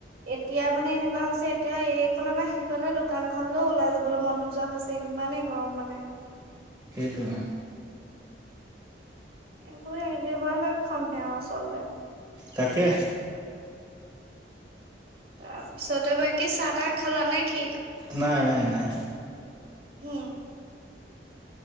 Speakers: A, on the right; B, on the right.
A: এতিয়া মানে এনেকুৱা হৈছে এতিয়া এইখনৰ পৰা সেইখনলে দোকানখনলৈও ওলাই যাবলৈ মন নোযোৱা হৈছে ইমান ইমানেই গৰম মানে
B: সেইটোৱে অ
A: এইবোৰ এলেহুৱা লক্ষণ হে আচলতে
B: তাকে
A: তাৰপিছতে বাকী চাহ তাহ খালা নে কি
B: নাই নাই নাই
A: হম